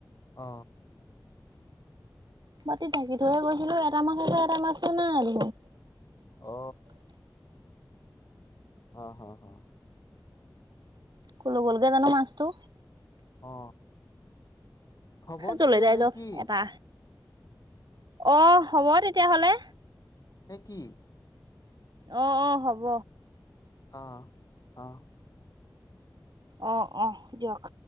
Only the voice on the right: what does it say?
মাতি ঢাকি থৈয়ে গৈছিলো, এটা মাছ আছে এটা মাছটো নাই আৰু
ক'লৈ গৈল জানো মাছটো,
যলৈ
যাই
যাওক
এটা অ হ'ব তেতিয়াহ'লে।
আহ-অহ হ'ব।
অ-অ দিয়ক।